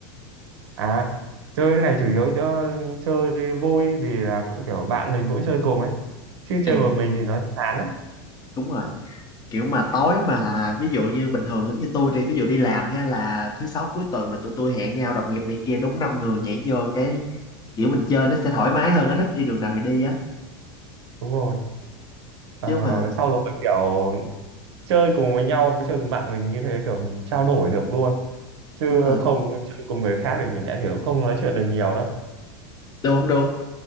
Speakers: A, on the right; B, on the left.
A: à chơi cái này chủ yếu cho chơi vui vì là cũng kiểu bạn mình cũng chơi cùng ấy chứ
B: À,
A: chơi một mình thì nó chán lắm
B: đúng rồi kiểu mà tối mà ví dụ như bình thường giống như tôi đi ví dụ đi làm hay là thứ sáu cuối tuần là tụi tôi hẹn nhau đồng nghiệp này kia đúng năm người nhảy vô cái kiểu mình chơi nó sẽ thoải mái hơn á thích đi đường nào thì đi á
A: đúng rồi Ờ,
B: chứ mà
A: sau rồi kiểu chơi cùng với nhau với chơi cùng bạn mình như thế kiểu mình trao đổi được luôn chứ
B: đúng rồi
A: không chơi cùng người khác thì mình đã kiểu không nói chuyện được nhiều đâu
B: đúng đúng